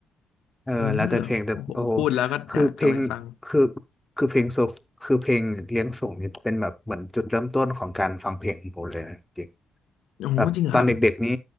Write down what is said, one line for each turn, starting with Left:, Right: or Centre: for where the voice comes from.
Centre: เออแล้วแต่เพลงแต่โอ้โห
Left: เออโอ้โหพูดแล้วก็อยากกลับไปฟัง
Centre: คือเพลงคือคือเพลงโซคือเพลงเลี้ยงส่งนี่เป็นแบบเหมือนจุดเริ่มต้นของการฟังเพลงของผมเลยนะจริง
Left: โอ้โหจริงเหรอครับ
Centre: แบบตอนเด็กๆนี้